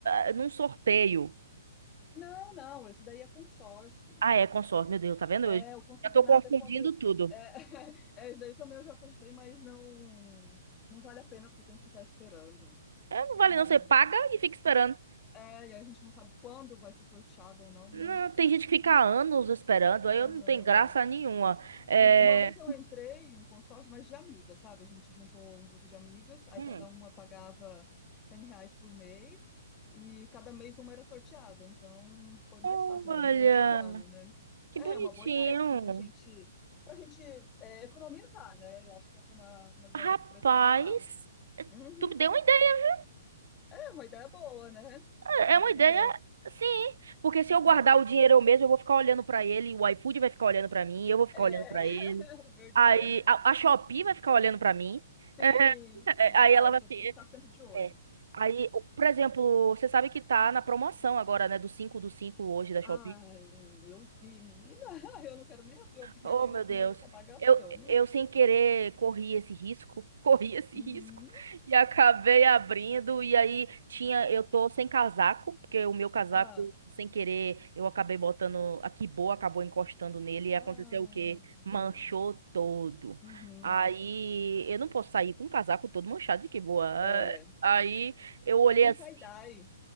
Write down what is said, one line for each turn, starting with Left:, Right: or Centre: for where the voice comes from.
Right: eh, num sorteio.
Left: Não, não, esse daí é consórcio.
Right: Ah, é, consórcio. Meu Deus, tá vendo
Left: É,
Right: hoje?
Left: o consignado
Right: Já tô confundindo
Left: é quando.
Right: tudo.
Left: É, <laughs> é, esse aí também eu já cogitei, mas não, não vale a pena, porque tem que ficar esperando.
Right: Então, Não vale
Left: É.
Right: não, você paga e fica esperando.
Left: É, e a gente não sabe quando vai ser sorteado ou não,
Right: Não,
Left: né?
Right: tem gente que fica anos esperando, aí
Left: Aham,
Right: eu não tenho graça
Left: é.
Right: nenhuma. É...
Left: Um- Uma vez eu entrei em um consórcio, mas de amigas, sabe? A gente juntou um grupo de amigas, aí
Right: Hum.
Left: cada uma pagava 100 reais por mês e cada mês uma era sorteada. Então foi mais
Right: Olha,
Left: fácil, era um período de um ano, né?
Right: que
Left: É
Right: bonitinho.
Left: é uma boa ideia, assim, pra gente, pra gente é, economizar, né? Eu acho que essa é uma, uma ideia,
Right: Rapaz,
Left: assim, pra economizar. Uhum,
Right: tu me deu uma ideia.
Left: é uma ideia boa, né? Assim,
Right: É uma
Left: pra
Right: ideia,
Left: quem quer.
Right: sim. Porque se eu guardar
Left: É,
Right: o dinheiro eu mesmo, eu vou ficar olhando pra ele, o iFood vai ficar olhando pra mim, eu vou ficar
Left: é
Right: olhando pra
Left: <laughs>
Right: ele.
Left: verdade.
Right: Aí a, a Shopee vai ficar olhando pra mim.
Left: Sim,
Right: <laughs>
Left: sim.
Right: É, Aí
Left: Ah,
Right: ela
Left: o
Right: vai.
Left: Shopee
Right: fi-
Left: está sempre de olho.
Right: É. Aí, o- por exemplo, você sabe que tá na promoção agora, né? Do cinco do 5 hoje da Shopee.
Left: Ai, eu vi, menina. <laughs> Eu não quero nem abrir o aplicativo,
Right: Oh, meu
Left: senão
Right: Deus.
Left: eu vou acabar gastando.
Right: Eu, eu sem querer corri esse risco, <laughs> corri esse
Left: Uhum.
Right: risco e acabei abrindo e aí tinha, eu tô sem casaco, porque o meu casaco
Left: Ah,
Right: sem querer eu acabei botando a boa acabou encostando nele e
Left: ah,
Right: aconteceu o quê?
Left: que
Right: Manchou
Left: dó.
Right: todo.
Left: Uhum.
Right: Aí eu não posso sair com o casaco todo manchado de boa
Left: É,
Right: Aí eu olhei
Left: faz um
Right: assim
Left: tie-dye.